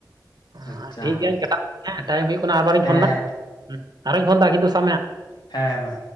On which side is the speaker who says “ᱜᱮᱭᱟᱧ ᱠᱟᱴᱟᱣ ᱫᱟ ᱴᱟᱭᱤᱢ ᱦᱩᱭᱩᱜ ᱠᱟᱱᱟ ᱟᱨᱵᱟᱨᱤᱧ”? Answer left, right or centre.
Right